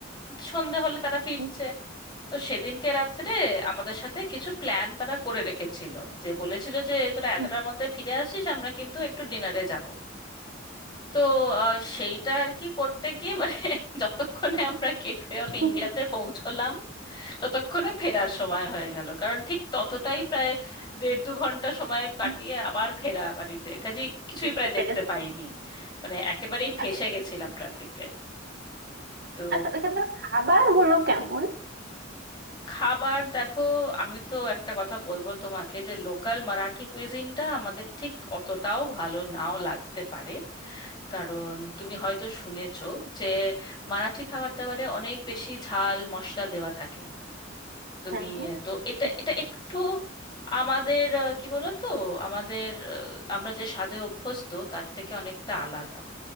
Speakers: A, on the left; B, on the right.
A: সন্ধে হলে তারা ফিরছে
B: হুম,
A: তো সেদিনকে রাত্রে আমাদের সাথে কিছু প্ল্যান তারা করে রেখেছিল যে বলেছিল যে তোরা এতটার
B: হুম,
A: মধ্যে ফিরে আসিস আমরা কিন্তু একটু ডিনারে যাব তো আহ, সেইটা আর কি করতে গিয়ে মানে <laughs> যতক্ষণে আমরা গেটওয়ে অফ
B: হুম,
A: ইন্ডিয়াতে পৌঁছলাম ততক্ষণে ফেরার সময় হয়ে গেল কারণ ঠিক ততটাই প্রায় দেড় দু ঘন্টা সময় কাটিয়ে
B: হুম,
A: আবার ফেরা বাড়িতে কাজে কিছুই
B: বুঝতে
A: প্রায়
B: পেরেছি
A: দেখতে পাইনি মানে একেবারেই
B: আ-
A: ফেঁসে গেছিলাম ট্রাফিকে তো
B: আচ্ছা ওইখানকার খাবার গুলো কেমন
A: খাবার দেখো আমি তো একটা কথা বলবো তোমাকে যে লোকাল মারাঠি কুইজিনটা আমাদের ঠিক অতটাও ভালো নাও লাগতে পারে কারণ তুমি হয়তো শুনেছো যে মারাঠি খাবার দাবারে অনেক বেশি ঝাল মশলা দেওয়া থাকে তুমি
B: হ্যাঁ
A: আহ, তো এটা
B: সেটা
A: এটা একটু আমাদের আহ, কি বলো তো আমাদের আহ, আমরা যে স্বাদে অভ্যস্ত তার থেকে অনেকটা আলাদা